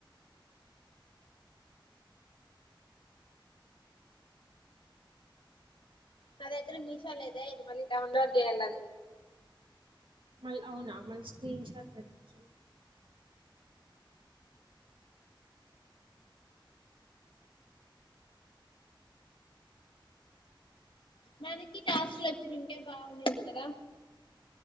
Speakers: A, on the left; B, on the right.
A: మరి ఇద్దరు మీషోలో అయితే ఇది మళీ డౌన్లోడ్ చేయలను అది
B: మళ్ళీ అవునా మళ్ళీ స్క్రీన్ షాట్ పెట్టొచ్చు
A: మనకి టాస్క్ లు వచ్చింటే బాగుండేది కదా